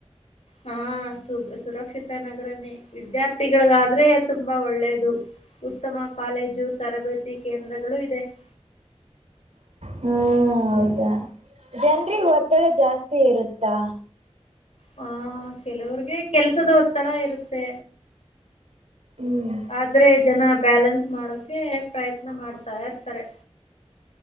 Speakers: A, on the left; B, on the right.
A: ಹಾ ಸು ಸುರಕ್ಷಿತ ನಗರ ವಿದ್ಯಾರ್ಥಿ ತಿಗಳಲ್ಲಾದ್ರೆ ತುಂಬಾ ಒಳ್ಳೇದು ಉತ್ತಮ ಕಾಲೇಜು ತರಬೇತಿ ಕೇಂದ್ರಗಳು ಇದೆ. <inaudible>
B: ಹಾ ಹೌದಾ ಜನರಿಗೆ ಒತ್ತಡ ಜಾಸ್ತಿ ಇರುತ್ತಾ.
A: ಹ ಕೆಲವರಿಗೆ, ಕೆಲಸದ ಒತ್ತಡ ಇರುತ್ತೆ
B: ಹ್ಮ್
A: ಆದ್ರೆ ಜನ, ಬ್ಯಾಲೆನ್ಸ್ ಮಾಡೋಕೆ ಪ್ರಯತ್ನ ಮಾಡ್ತಾ ಇರ್ತಾರೆ.